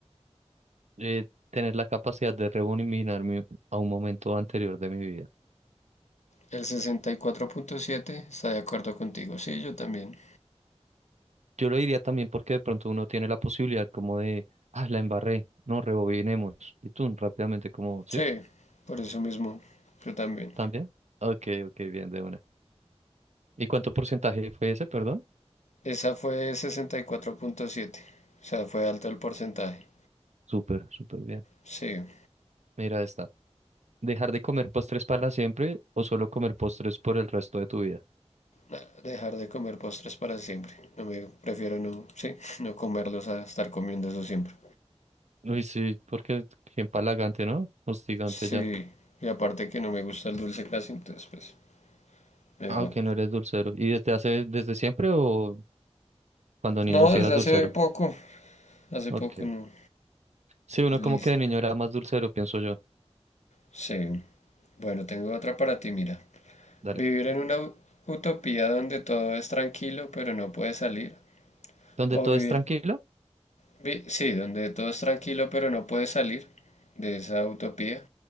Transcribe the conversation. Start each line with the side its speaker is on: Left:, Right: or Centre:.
Right: eh, tener la capacidad de revolucionarme a un momento anterior de mi vida.
Left: El sesenta y cuatro punto siete está de acuerdo contigo. Sí, yo también.
Right: Yo lo diría también porque de pronto uno tiene la posibilidad como de, ah, la embarré, no, rebobinemos. Y tú rápidamente como, ¿sí?
Left: Sí, por eso mismo, yo también.
Right: ¿También? Ok, ok, bien, de una. ¿Y cuánto porcentaje fue ese, perdón?
Left: Esa fue sesenta y cuatro punto siete. o sea, fue alto el porcentaje.
Right: Súper, súper bien.
Left: Sí.
Right: Mira esta. ¿Dejar de comer postres para siempre o solo comer postres por el resto de tu vida?
Left: Nah, Dejar de comer postres para siempre. No me prefiero no, sí, no comerlos a estar comiendo eso siempre.
Right: Uy, sí, porque qué empalagante, ¿no? Hostigante
Left: Sí,
Right: ya.
Left: y aparte que no me gusta el dulce casi, entonces pues mejor.
Right: Ah, ok, no eres dulcero. ¿Y desde hace, desde siempre o cuando niño
Left: No,
Right: sí
Left: desde
Right: eras dulcero?
Left: hace poco, hace
Right: Ok.
Left: poco no.
Right: Sí, uno
Left: Liz.
Right: como que de niño era más dulcero, pienso yo.
Left: Sí. Bueno, tengo otra para ti, mira.
Right: Dale.
Left: Vivir en una utopía donde todo es tranquilo pero no puedes salir.
Right: ¿Donde
Left: O
Right: todo
Left: vivir,
Right: es tranquilo?
Left: vi- sí, donde todo es tranquilo pero no puedes salir de esa utopía.